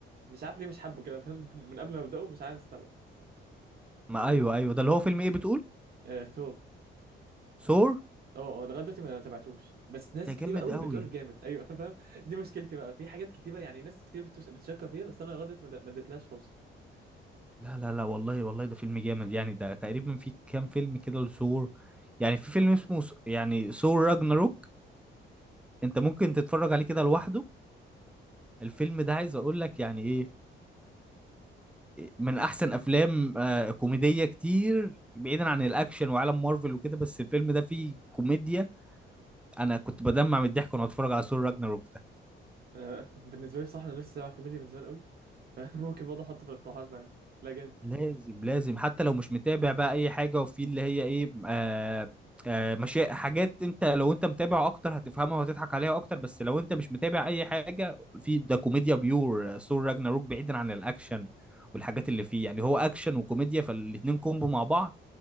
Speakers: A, on the right; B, in the centre.
A: مش عارف ليه مش حابه كده فاهم <laughs> من من قبل ما ابداه مش عايز اتابعه
B: ما
A: ال...
B: ايوه ايوه ده اللي هو فيلم ايه بتقول
A: آه ثور
B: ثور
A: اه اه لغايه دلوقتي ما تابعتوش بس ناس
B: ده
A: كتير
B: جامد
A: قوي
B: قوي
A: بتقول جامد ايوه <laughs> انا فاهم دي مشكلتي بقى في حاجات كتيره يعني ناس كتير بتوش- بتشكر فيها بس انا لغايه دلوقتي ما د- ما اديتلهاش فرصه
B: لا لا لا والله والله ده فيلم جامد يعني ده تقريبا في كام فيلم كده لثور يعني في فيلم اسمه ث- يعني ثور راجناروك انت ممكن تتفرج عليه كده لوحده الفيلم ده عايز اقول لك يعني ايه من احسن افلام آه، كوميديه كتير بعيدا عن الاكشن وعالم مارفل وكده بس الفيلم ده فيه كوميديا انا كنت بدمع من الضحك وانا بتفرج على ثور راجناروك ده
A: انا بالنسبه لي بصراحه انا نفسي اتابع كوميديا من زمان قوي فممكن <laughs> برضه احطه في الاقتراحات فعلا لا جامد
B: لازم لازم حتى لو مش متابع بقى اي حاجه وفي اللي هي ايه آه آه مشي حاجات انت لو انت متابع اكتر هتفهمها وهتضحك عليها اكتر بس لو انت مش متابع اي حاجه في ده كوميديا بيور آه، ثور راجناروك بعيدا عن الاكشن والحاجات اللي فيه يعني هو اكشن وكوميديا فالاتنين كومبو مع بعض